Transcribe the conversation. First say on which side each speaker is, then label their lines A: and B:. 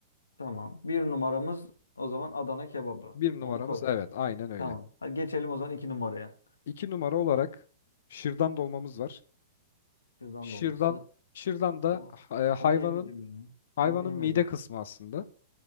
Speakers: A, on the left; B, on the left.
A: Tamam. Bir numaramız o zaman Adana kebabı.
B: Bir numaramız
A: Onu koyduk.
B: evet aynen öyle.
A: Tamam. Hadi geçelim o zaman iki numaraya.
B: İki numara olarak şırdan dolmamız var.
A: Şırdan
B: Şırdan,
A: dolması.
B: şırdan da
A: O,
B: e, hayvanın
A: onu yemedim ya.
B: hayvanın
A: Onu yemedim.
B: mide kısmı aslında.